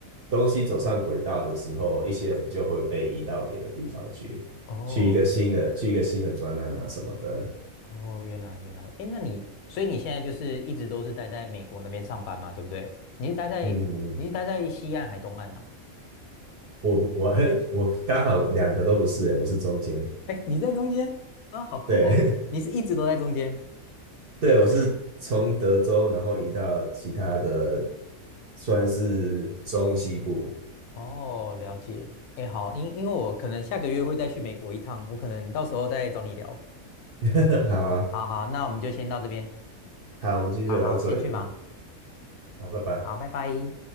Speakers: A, on the right; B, on the left.
A: 东西走上轨道的时候，一些人就会被移到别的地方去，
B: 哦
A: 去一个新的去一个新的专案啊什么的，
B: 哦，原来原来，哎，那你所以你现在就是一直都是待在美国那边上班嘛，对不对？你是待在你是待在西岸还东岸啊？
A: 嗯。我我嘿，我刚好两个都不是诶，我是中间，
B: 哎，你在中间啊，好酷哦！
A: 对
B: 你是一直都在中间
A: <laughs> 对，我是从德州然后移到其他的，算是中西部。
B: 哦，了解。哎，好，因因为我可能下个月会再去美国一趟，我可能到时候再找你聊。
A: <laughs> 好啊，
B: 好好，那我们就先到这边。
A: 好，我们今天就聊到这里，
B: 好好，我先去忙。
A: 好，拜拜。
B: 好，拜拜。